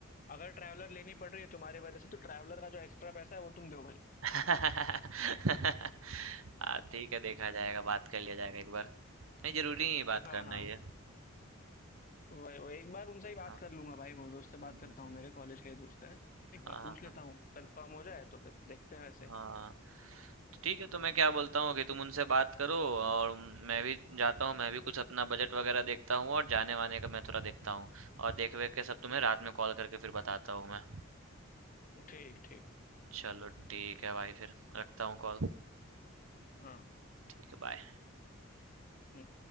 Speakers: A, on the left; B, on the right.
A: अगर ट्रैवलर लेनी पड़ रही है तुम्हारे वजह से तो ट्रैवलर का जो एक्स्ट्रा पैसा है वो तुम दो भाई।
B: <laughs> हाँ, ठीक है देखा जाएगा बात कर लिया जाएगा एक बार नहीं जरूरी नहीं है बात
A: हाँ,
B: करना
A: हाँ।
B: ये
A: वही, वही एक बार उनसे ही बात
B: हाँ
A: कर लूँगा भाई वो दोस्त से
B: हम्म,
A: बात
B: हम्म,
A: करता हूँ
B: हम्म।
A: मेरे कॉलेज के ही दोस्त हैं।
B: हाँ
A: एक बार पूछ
B: हाँ
A: लेता हूँ, कन्फर्म हो जाए तो फिर देखते हैं वैसे।
B: हाँ। ठीक है तो मैं क्या बोलता हूँ कि तुम उनसे बात करो और मैं भी जाता हूँ मैं भी कुछ अपना बजट वगैरह देखता हूँ और जाने वाने का मैं थोड़ा देखता हूँ और देख वेख के सब तुम्हें रात में कॉल करके फिर बताता हूँ मैं
A: ठीक, ठीक।
B: चलो ठीक है भाई फिर रखता हूँ कॉल
A: हाँ।
B: ठीक है बाय
A: हुँ।